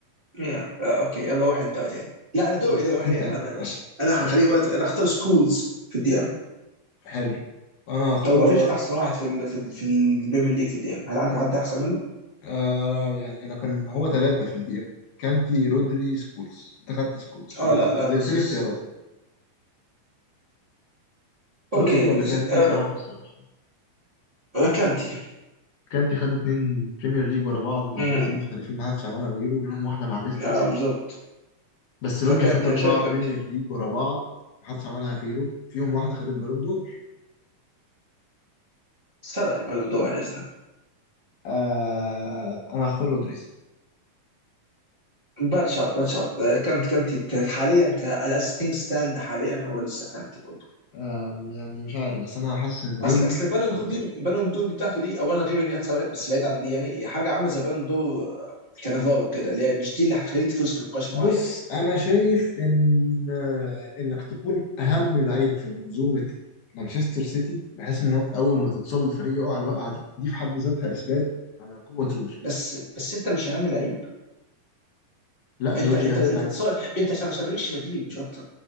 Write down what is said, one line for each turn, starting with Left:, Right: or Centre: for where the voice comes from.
Right: يا آه، اوكي يلا روح انت بقى تاني لا انا دوري
Left: ماشي
Right: دوري واحد
Left: انت
Right: انا
Left: انت
Right: بقى يا باشا
Left: اه
Right: انا
Left: المحور.
Right: هخليك بقى ت- انا هختار سكولز في الدي ام
Left: حلو انا هختار
Right: هو ما فيش احسن واحد في ال في ال في البريمير ليج في الدي ام هل عندك حد احسن منه؟
Left: انا يعني انا كان هو ثلاثة في الدي ام كانتي رودري سكولز انت خدت سكولز فقللت
Right: اه لا لا بس
Left: لي
Right: بس-
Left: اختياراتي
Right: اوكي
Left: رودري ولا كانتي
Right: ز- آه،
Left: صعب الصراحة
Right: كانتي
Left: كانتي خد اتنين بريمير ليج ورا بعض مع
Right: مم.
Left: فرقتين مختلفين ما حدش عملها غيره منهم واحدة مع ليستر
Right: اه
Left: سيتي
Right: بالظبط
Left: بس رودري
Right: فكانتي
Left: خد أربعة
Right: انا شايف كانتي
Left: بريمير ليج ورا بعض محدش عملها غيره فيهم واحدة خد البالون دور
Right: سرق البالون دور على اذنك
Left: آه أنا هختار رودري الصراحة.
Right: باد شوت باد شوت كانت كانتي ك- حاليا ك از ثينج ستاند حاليا هو لسه كانتي برضه
Left: آه يعني مش عارف بس أنا حاسس إن
Right: اصل
Left: رودري
Right: اصل البالون دور
Left: عداه
Right: دي البالون دور دي بتاعته دي اولا غير ان هي اتسرقت بس بعيد عن دي يعني هي حاجه عامله زي بالون دور كانافارو كده اللي هي مش دي اللي هتخليك تفوز في نقاش معين
Left: بص أنا شايف إن آه، إنك تكون أهم لعيب في منظومة مانشستر سيتي بحيث إنك أول ما تتصاب الفريق يقع الوقعة دي دي في حد ذاتها إثبات على قوة رودري
Right: بس بس انت مش اهم لعيب
Left: لا
Right: انت
Left: رودري
Right: انت
Left: أهم
Right: انت
Left: لعيب
Right: تص... انت عشان ما مالكش بديل مش اكتر